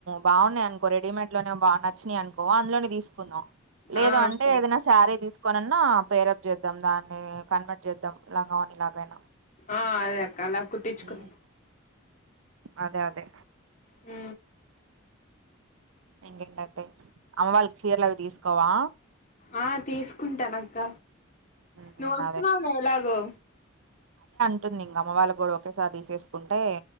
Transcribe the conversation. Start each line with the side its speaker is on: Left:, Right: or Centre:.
Right: బాగున్నాయి అనుకో రెడీమేడ్ లోనే బా నచ్చినాయి అనుకో అందులోనే తీసుకుందాం లేదు
Left: ఆ
Right: అంటే
Left: సరే
Right: ఏదైనా శారీ తీసుకోనన్నా పేరప్ చేస్ ద్దాం దాన్ని కన్వర్ట్ చేద్దాం లంగావోనిలాగైనా
Left: ఆ అదే అక్క అలా కుట్టించుకున్నా
Right: ఊ అదే అదే
Left: ఊ
Right: ఇంకేంటతే అమ్మ వాళ్ళకి చీరలు అవి తీసుకోవా
Left: ఆ తీసుకుంటాన అక్క
Right: ఉమ్
Left: నువ్వు వస్తున్నావుగా
Right: అదే
Left: ఎలాగో
Right: ఉంటుంది ఇంకమ్మ వాళ్ళ కూడా ఒకేసారి తీసేసుకుంటే